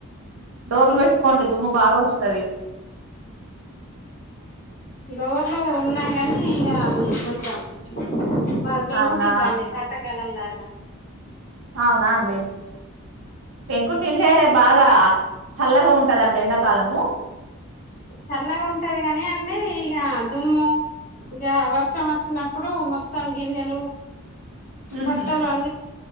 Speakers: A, on the right; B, on the left.
A: డోర్లు పెట్టుకోండి దుమ్ము బాగా వోస్తది
B: డోర్లు ఉన్నాయి కానీ ఇగా కొంచెం మాది పెంకుటిళ్ళు
A: అవునా
B: అండి పాతకాలం లాగా
A: అవునా అండి పెంకు ఇళ్ళే బాగా చల్లగా ఉంటదండి ఎండాకాలము
B: చల్లగా ఉంటది కాని అండి ఇక దుమ్ము ఇక వర్షం వచ్చినప్పుడు మొత్తం గీన్నెలు
A: ఉహు
B: బట్టలు అన్ని